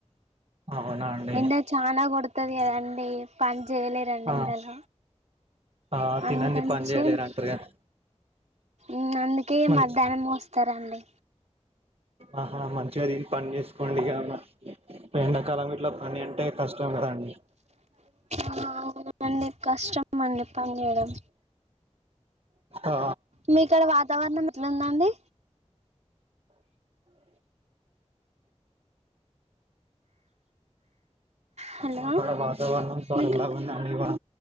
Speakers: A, on the right; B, on the right.
A: అవునా అండి
B: ఎండ చానా కొడ్తది గదండీ. పండ్ జేయలేరండి
A: ఆ
B: ఎండల
A: ఆ
B: అందుకనేషే
A: తినంది పని చేయలేరంటారు
B: మేమ్
A: కదా
B: ఉమ్ అందుకే
A: మంచి
B: మధ్యానమూ వస్తరండి.
A: ఆహా మంచిగ ది. పన్ జేస్కోండిగేమన్న ఎండకాలమిట్ల పని అంటే కష్టం గదండి.
B: అ ఔనండి కష్టం అండి పన్ జేయడం
A: ఆ
B: మీకాడ వాతావరణం ఎట్లుందండి. హలో
A: మాకాడ వాతావరణం చల్లగుందండి
B: మీకు
A: ఇవాల